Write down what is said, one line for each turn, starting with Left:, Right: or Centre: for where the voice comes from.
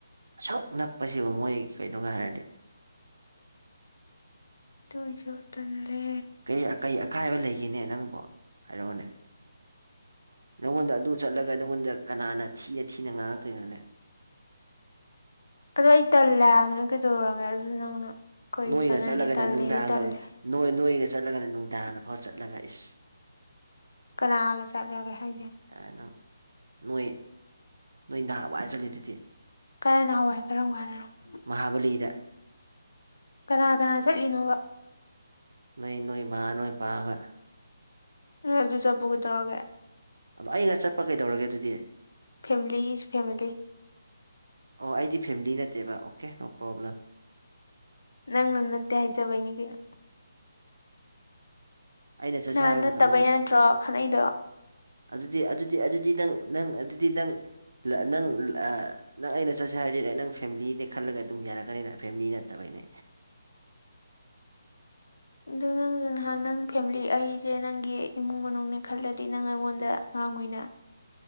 Right: ꯑꯁꯨꯛ ꯅꯛꯄꯁꯤꯕꯨ ꯃꯣꯏ ꯀꯩꯅꯣꯒ ꯍꯥꯏꯔꯗꯤ
Left: ꯑꯗꯨ ꯑꯣꯏꯖꯨ ꯇꯜꯂꯦ
Right: ꯑꯦ ꯀꯩ ꯑꯀꯥꯏꯕ ꯂꯩꯒꯦꯅꯦ ꯅꯪꯕꯣ ꯍꯥꯏꯔ‌ꯣꯑꯣꯅꯦ ꯅꯪꯉꯣꯟꯗ ꯑꯗꯨ ꯆꯠꯂꯒ ꯅꯪꯉꯣꯟꯗ ꯀꯅꯥꯅ ꯊꯤꯅ ꯊꯤꯅ ꯉꯥꯡꯉꯛꯇꯣꯏꯅꯣꯅꯦ
Left: ꯑꯗꯣ ꯑꯩ ꯇꯜꯂꯦ ꯍꯥꯏꯕꯅ‌ꯦ ꯀꯩꯗꯧꯔꯒꯦ ꯑꯗꯨ ꯅꯪꯅ ꯀꯩ
Right: ꯅꯣꯏꯒ
Left: ꯆꯥꯟꯅꯔꯤꯒꯦ
Right: ꯆꯠꯂꯒꯅ
Left: ꯇꯜꯂꯦꯗꯤ
Right: ꯅꯨꯡꯗꯥꯡꯗ
Left: ꯇꯜꯂꯦ
Right: ꯅꯣꯏ ꯅꯣꯏꯒ ꯆꯠꯂꯒꯅ ꯅꯨꯡꯗꯥꯡꯗ ꯐꯥꯎ ꯆꯠꯂꯒ ꯏꯁ
Left: ꯀꯅꯥꯒ ꯆꯠꯂꯒꯦ ꯍꯥꯏꯖꯦ
Right: ꯌꯥꯔꯦ ꯅꯪ ꯅꯣꯏ ꯅꯣꯏ ꯅꯍꯥꯟꯋꯥꯏ ꯆꯠꯂꯤ ꯗꯨꯗꯤ
Left: ꯀꯥꯏ ꯅꯍꯥꯋꯥꯏ ꯀꯔꯝꯀꯥꯟ ꯍꯥꯏ <unintelligible>
Right: ꯃꯍꯥꯕꯂꯤꯗ
Left: ꯀꯅꯥ ꯀꯅꯥ ꯆꯠꯂꯤꯅꯣꯕ
Right: ꯅꯣꯏ ꯅꯣꯏ ꯃꯥ ꯅꯣꯏ ꯄꯥꯍ‌ꯣꯏ
Left: ꯑꯦ ꯑꯗꯨ ꯆꯠꯄꯨ ꯀꯩꯗꯧꯔꯒꯦ
Right: ꯑꯗꯣ ꯑꯩꯒ ꯆꯠꯄ ꯀꯩꯗꯧꯔꯒꯦ ꯑꯗꯨꯗꯤ
Left: ꯐꯦꯃꯤꯂꯤ ꯏꯁ ꯐꯦꯃꯤꯂꯤ
Right: ꯑꯣ ꯑꯩꯗꯤ ꯐꯦꯃꯤꯂꯤ ꯅꯠꯇꯦꯕ ꯑꯣꯀꯦ ꯅꯣ ꯄ꯭ꯔꯣꯕ꯭ꯂꯦꯝ
Left: ꯅꯪꯅ ꯅꯠꯇꯦ ꯍꯥꯏꯖꯕꯩꯅꯤ ꯀꯩꯅꯣ
Right: ꯑꯩꯅ ꯆꯠꯁꯦ
Left: ꯅꯍꯥꯟ
Right: ꯍꯥꯏꯕ
Left: ꯅꯠꯇꯕꯩ
Right: ꯃꯇꯝꯗꯅ
Left: ꯅꯠꯇ꯭ꯔꯣ ꯈꯠꯅꯩꯗꯣ
Right: ꯑꯗꯨꯗꯤ ꯑꯗꯨꯗꯤ ꯑꯗꯨꯗꯤ ꯅꯪ ꯅꯪ ꯑꯗꯨꯗꯤ ꯅꯪ ꯂ ꯅꯪ ꯑꯥ ꯅꯪ ꯑꯩꯅ ꯆꯠꯁꯦ ꯍꯥꯏꯔꯗꯤ ꯅꯪ ꯐꯦꯃꯤꯂꯤꯅꯦ ꯈꯜꯂꯒ ꯑꯗꯨꯝ ꯌꯥꯔꯛꯀꯅꯤꯅ ꯐꯦꯃꯤꯂꯤ ꯅꯠꯇꯕꯩꯅꯦ
Left: ꯑꯗꯨ ꯅꯪ ꯅꯍꯥꯟ ꯅꯪ ꯐꯦꯃꯤꯂꯤ ꯑꯩꯖꯦ ꯅꯪꯒꯤ ꯏꯃꯨꯡ ꯃꯅꯨꯡꯅꯦ ꯈꯜꯂꯗꯤ ꯅꯪ ꯑꯩꯉꯣꯟꯗ ꯉꯥꯡꯉꯣꯏꯅ